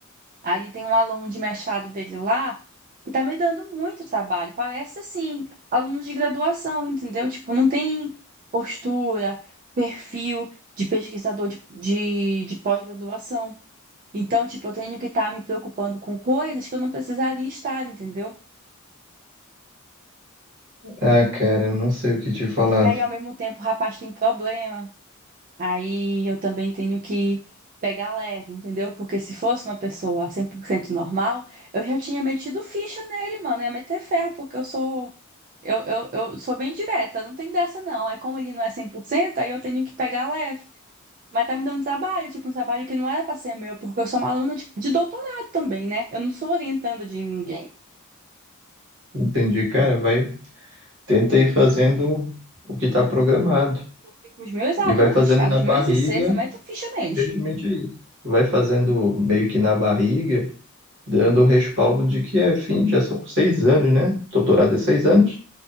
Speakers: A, on the right (about 40°); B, on the right (about 60°).
A: Aí tem um aluno de mestrado dele lá que tá me dando muito trabalho. Parece, assim, aluno de graduação, entendeu? Tipo, não tem postura, perfil de pesquisador de, de de pós-graduação. Então, tipo, eu tenho que estar me preocupando com coisas que eu não precisaria estar, entendeu?
B: Ah, cara, não sei o que te falar.
A: Só que aí, ao mesmo tempo, o rapaz tem problema. Aí eu também tenho que pegar leve, entendeu? Porque se fosse uma pessoa 100% normal, eu já tinha metido ficha nele, mano. Ia meter ferro, porque eu sou. Eu, eu, eu sou bem direta, não tem dessa não. Aí, como ele não é 100% aí eu tenho que pegar leve. Mas tá me dando trabalho, tipo, um trabalho que não era pra ser meu, porque eu sou uma aluna de, de doutorado também, né? Eu não sou orientanda de ninguém.
B: Entendi, cara. Vai, tenta ir fazendo o que está programado.
A: Porque com os meus alunos,
B: E vai fazendo
A: cara,
B: na
A: os
B: barriga,
A: meus ICs, eu meto ficha neles.
B: felizmente é isso. Vai fazendo meio que na barriga, dando o respaldo de que é fim, já são seis anos, né? Doutorado é seis anos.